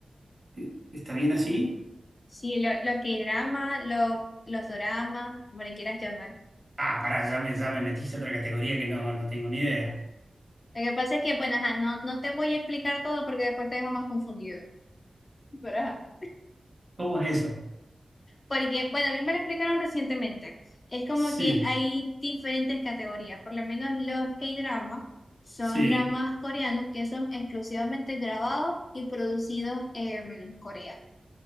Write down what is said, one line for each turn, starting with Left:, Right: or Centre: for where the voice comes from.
Right: Eh, ¿Está bien así?
Left: Sí, lo- los K-dramas, los, los doramas, como le quieras llamar.
Right: Ah, pará, ya me, ya me metiste a otra categoría que no, no tengo ni idea.
Left: Lo que pasa es que, bueno, ajá, no, no te voy a explicar todo porque después te dejo más confundido. <laughs> Pero ajá.
Right: ¿Cómo es eso?
Left: Porque, bueno, a mí me lo explicaron recientemente. Es como
Right: Sí.
Left: que hay diferentes categorías. Por lo menos los K-dramas son
Right: Sí,
Left: dramas coreanos que son exclusivamente grabados y producidos en Corea.